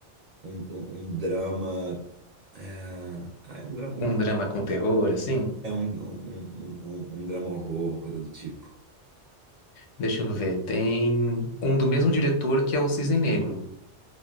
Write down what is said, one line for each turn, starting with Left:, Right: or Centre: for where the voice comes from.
Right: um, um, um drama? É, ah, é um drama,
Left: Um
Right: um-
Left: drama com terror, assim.
Right: é um, um, um, um- um drama horror, uma coisa do tipo.
Left: Deixa eu ver. Tem um do mesmo diretor que é o Cisne Negro.